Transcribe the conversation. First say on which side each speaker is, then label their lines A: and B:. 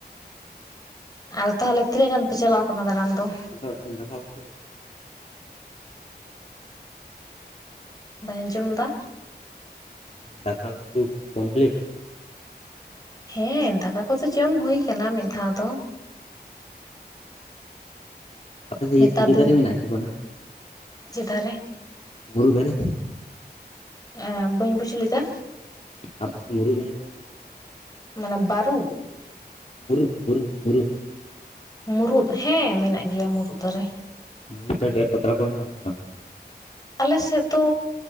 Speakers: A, on the left (about 20°); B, on the left (about 40°).
A: ᱟᱨ ᱛᱟᱦᱚᱞᱮ ᱛᱤᱱᱟᱹᱜ ᱜᱟᱱ ᱯᱮ ᱪᱟᱞᱟᱣ ᱠᱟᱱᱟ ᱫᱟᱲᱟᱱ ᱫᱚ?
B: ᱫᱟᱠᱟ ᱩᱛᱩ
A: ᱵᱟᱹᱧ ᱟᱸᱡᱚᱢ ᱫᱟ
B: ᱫᱟᱠᱟ ᱩᱛᱩ ᱠᱚᱢᱯᱤᱞᱤᱴ?
A: ᱦᱮᱸ ᱫᱟᱠᱟ ᱠᱚᱫᱚ ᱡᱚᱢ ᱦᱩᱭ ᱠᱟᱱᱟ ᱢᱤᱫ ᱫᱷᱟᱣ ᱫᱚ
B: ᱟᱯᱮ ᱥᱮᱫ
A: ᱱᱮᱛᱟᱨ
B: ᱤᱭᱟᱹ
A: ᱫᱤᱱ
B: ᱫᱟᱨᱮ ᱢᱮᱱᱟᱜᱼᱟ <unintelligible>
A: ᱪᱮᱛᱟᱱ ᱨᱮ
B: ᱢᱩᱨᱩᱜ ᱫᱟᱨᱮ
A: ᱮᱸ ᱵᱟᱹᱧ ᱵᱩᱡᱷ ᱞᱮᱫᱟ
B: ᱟᱯᱮᱥᱮᱫ ᱢᱩᱨᱩ ᱫᱟᱨᱮ <unintelligible> <inaudible>
A: ᱢᱟᱱᱮ ᱵᱟᱨᱩ
B: ᱢᱩᱨᱩᱫ ᱢᱩᱨᱩᱫ ᱢᱩᱨᱩᱫ
A: ᱢᱩᱨᱩᱫ ᱦᱮᱸ ᱢᱮᱱᱟᱜ ᱜᱮᱭᱟ ᱢᱩᱨᱩᱫ ᱫᱟᱨᱮ᱾
B: <unintelligible> ᱟᱨ ᱯᱟᱛᱲᱟ ᱠᱚ ᱵᱮᱱᱟᱣ ᱟᱥᱮ ᱵᱟᱝ?
A: ᱟᱞᱮ ᱥᱮᱫ ᱫᱚ